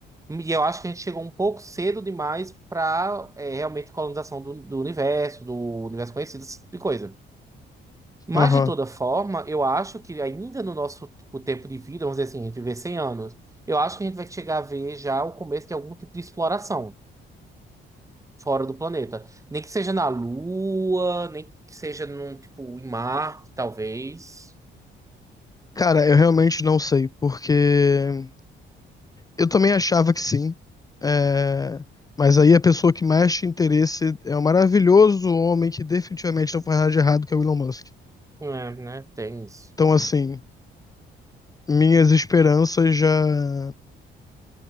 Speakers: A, on the right; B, on the left.
A: E eu acho que a gente chegou um pouco cedo demais para realmente colonização do, do universo, do universo conhecido, esse tipo de coisa. Mas,
B: aham.
A: de toda forma, eu acho que ainda no nosso tipo, tempo de vida, vamos dizer assim, a gente viver 100 anos, eu acho que a gente vai chegar a ver já o começo de algum tipo de exploração fora do planeta. Nem que seja na Lua, nem que seja num, tipo, em Marte, talvez.
B: Cara, eu realmente não sei, porque Eu também achava que sim. É, Mas aí a pessoa que mais tinha interesse é o maravilhoso homem que definitivamente não faz nada de errado, que é o Elon Musk.
A: É, né? Tem isso.
B: Então, assim, minhas esperanças já,